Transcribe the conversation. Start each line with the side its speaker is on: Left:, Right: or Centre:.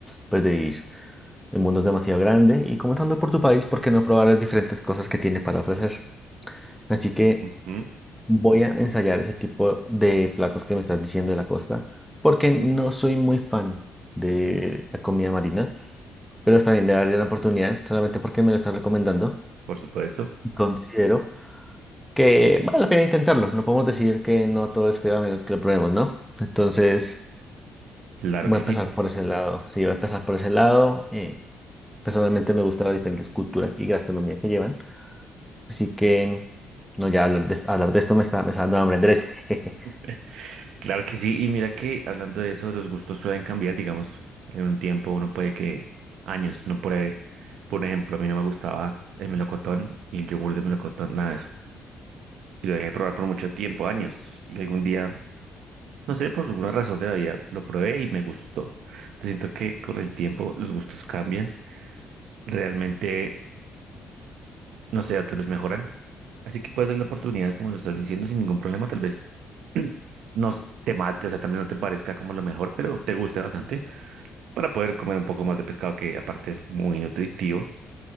Centre: pues, de vivir. El mundo es demasiado grande y comenzando por tu país, ¿por qué no probar las diferentes cosas que tiene para ofrecer? Así que
Right: ujú,
Centre: Voy a ensayar ese tipo de platos que me estás diciendo de la costa, porque no soy muy fan de la comida marina, pero está bien de darle una oportunidad solamente porque me lo están recomendando
Right: por supuesto,
Centre: y considero que vale la pena intentarlo. No podemos decir que no todo es feo a menos que lo probemos, ¿no? Entonces,
Right: claro
Centre: voy
Right: que
Centre: a empezar
Right: sí.
Centre: por ese lado. Sí, voy a empezar por ese lado. Eh, personalmente me gustan las diferentes culturas y gastronomía que llevan, así que no, ya hablar de, hablar de esto me está, me está dando hambre, Andrés. <laughs>
Right: <laughs> Claro que sí, y mira que hablando de eso, los gustos suelen cambiar, digamos, en un tiempo uno puede que años no pruebe. Por ejemplo, a mí no me gustaba el melocotón ni el yogur de melocotón, nada de eso. Y lo dejé de probar por mucho tiempo, años. Y algún día, no sé, por alguna razón de la vida, lo probé y me gustó. Entonces, siento que con el tiempo los gustos cambian, realmente, no sé, tal vez mejoran. Así que puedes dar la oportunidad, como lo estás diciendo, sin ningún problema, tal vez <clears throat> no te mate, o sea, también no te parezca como lo mejor, pero te guste bastante. para poder comer un poco más de pescado que aparte es muy nutritivo